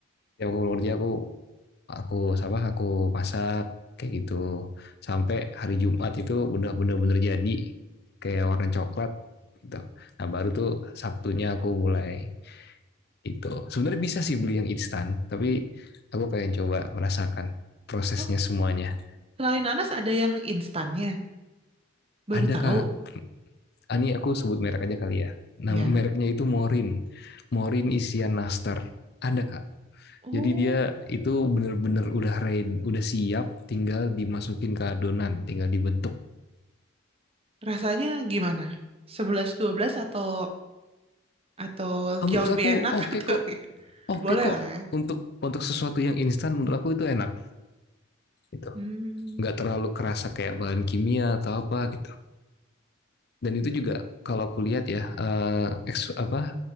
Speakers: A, on the left; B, on the right.
A: tiap aku pulang kerja aku aku apa aku masak kayak gitu sampai hari Jumat itu udah bener-bener jadi kayak warna coklat gitu. Nah baru tuh Sabtunya aku mulai itu. Sebenarnya bisa sih beli yang instan, tapi aku pengen coba merasakan prosesnya
B: Oh,
A: semuanya.
B: selain nanas ada yang instannya. Baru
A: Ada
B: tahu
A: kak, Ah, ini aku sebut merek aja kali ya. Nah
B: ya.
A: mereknya itu Morin, Morin isian nastar. Ada kak.
B: Oh,
A: Jadi dia itu bener-bener udah ready, udah siap, tinggal dimasukin ke adonan, tinggal dibentuk
B: rasanya gimana? Sebelas dua belas atau atau
A: Ah, menurut
B: jauh lebih
A: aku
B: enak
A: oke
B: <laughs> atau
A: kok,
B: gimana?
A: oke
B: Boleh
A: kok
B: lah ya.
A: untuk untuk sesuatu yang instan menurut aku itu enak gitu.
B: Hmm.
A: Nggak terlalu kerasa kayak bahan kimia atau apa gitu. Dan itu juga kalau aku lihat ya eh eks- apa